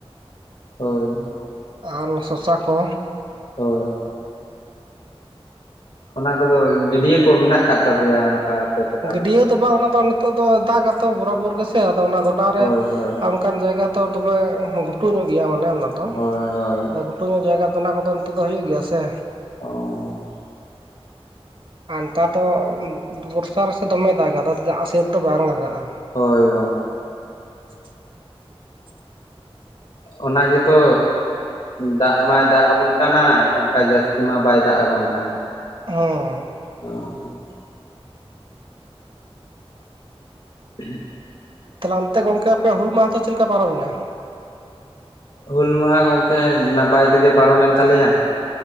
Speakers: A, on the left; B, on the right.
A: ᱦᱳᱭ
B: ᱟᱨ ᱚᱱᱟ ᱥᱚᱥᱟ ᱠᱚ
A: ᱦᱳᱭ ᱚᱱᱟ ᱠᱚᱫᱚ ᱜᱟᱹᱰᱭᱟᱹ ᱠᱚ ᱢᱮᱱᱟᱜ ᱟᱠᱟᱫ ᱛᱟᱯᱮᱭᱟ ᱟᱯᱮ ᱴᱚᱴᱷᱟ
B: ᱜᱟᱹᱰᱭᱟᱹ
A: ᱠᱚᱨᱮ
B: ᱫᱚ ᱵᱟᱝ ᱚᱱᱟ ᱫᱚ ᱱᱤᱛᱚᱜ ᱫᱚ ᱫᱟᱜᱟᱛᱚ ᱵᱚᱨᱵᱚᱨ ᱜᱮᱥᱮ ᱟᱫᱚ ᱚᱱᱟ ᱜᱚᱰᱟᱟᱨ
A: ᱦᱳᱭ
B: ᱨᱮ
A: ᱦᱳᱭ
B: ᱚᱱᱠᱟᱱ ᱡᱟᱭᱜᱟ ᱫᱚ ᱫᱚᱢᱮ ᱜᱷᱩᱴᱩ ᱧᱚᱜ ᱜᱮᱭᱟ ᱢᱟᱱᱮ ᱚᱱᱟ ᱫᱚ
A: ᱦᱳᱭ ᱦᱳᱭ
B: ᱜᱷᱩᱴᱩᱝ ᱧᱚᱜ ᱡᱟᱭᱜᱟ ᱫᱚ ᱚᱱᱟ ᱠᱚᱫᱚ ᱱᱤᱛᱚᱜ ᱫᱚ ᱦᱩᱭᱩᱜ ᱜᱮᱭᱟ ᱥᱮ
A: ᱚ-ᱚ
B: ᱟᱨ ᱱᱮᱛᱟᱨ ᱫᱚ ᱵᱚᱨᱥᱟᱨᱮᱥᱮ ᱫᱚᱢᱮ ᱫᱟᱜᱟ ᱫᱟᱜ ᱥᱮᱭᱟᱹᱫ ᱫᱚ ᱵᱟᱝ ᱞᱟᱜᱟᱜᱼᱟ᱾
A: ᱦᱳᱭ
B: <inaudible> <inaudible>
A: ᱚᱱᱟ ᱜᱮᱛᱚ ᱫᱟᱜ ᱢᱟᱭ ᱫᱟᱜ ᱟᱵᱚᱱ ᱠᱟᱱᱟᱭ ᱚᱱᱠᱟ ᱡᱟᱹᱥᱛᱤ ᱢᱟ ᱵᱟᱭ ᱫᱟᱜ ᱟᱵᱚᱱ ᱚᱱᱠᱟᱱ
B: ᱦᱚᱸ
A: ᱚ <inaudible>
B: ᱛᱟᱦᱞᱮ ᱚᱱᱛᱮ ᱜᱚᱝᱠᱮ ᱟᱯᱮ ᱦᱩᱞ ᱢᱟᱦᱟ ᱫᱚ ᱪᱮᱫᱮ ᱞᱮᱠᱟ ᱯᱟᱨᱚᱢᱮᱱᱟ?
A: ᱦᱩᱞ ᱢᱟᱦᱟ ᱜᱚᱝᱠᱮ ᱱᱟᱯᱟᱭ ᱛᱮᱜᱮ ᱯᱟᱨᱚᱢᱮᱱ ᱛᱟᱞᱮᱭᱟ᱾